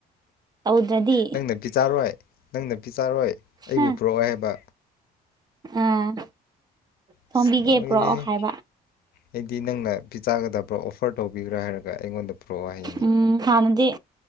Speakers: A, on the right (about 25°); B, on the left (about 60°).
A: ꯇꯧꯗ꯭ꯔꯗꯤ
B: ꯅꯪ ꯅꯥꯄꯤ ꯆꯥꯔꯣꯏ ꯅꯪ ꯅꯞꯤ ꯆꯥꯔꯣꯏ ꯑꯩꯕꯨ
A: ꯍꯥ
B: ꯄꯨꯔꯛꯑꯣ ꯍꯥꯏꯕ
A: ꯑꯥ ꯊꯣꯝꯕꯤꯒꯦ
B: ꯑꯁ ꯂꯣꯏꯔꯦꯍꯦ
A: ꯄ꯭ꯔꯛꯑꯣ ꯍꯥꯏꯕ
B: ꯑꯩꯗꯤ ꯅꯪꯅ ꯄꯤꯖꯥꯒꯗꯕ꯭ꯔꯥ ꯑꯣꯐꯔ ꯇꯧꯕꯤꯒ꯭ꯔꯥ ꯍꯥꯏꯔꯒ ꯑꯩꯉꯣꯟꯗ ꯄꯨꯔꯣ ꯋꯥꯍꯩꯅꯤ
A: ꯎꯝ ꯍꯥꯟꯅꯗꯤ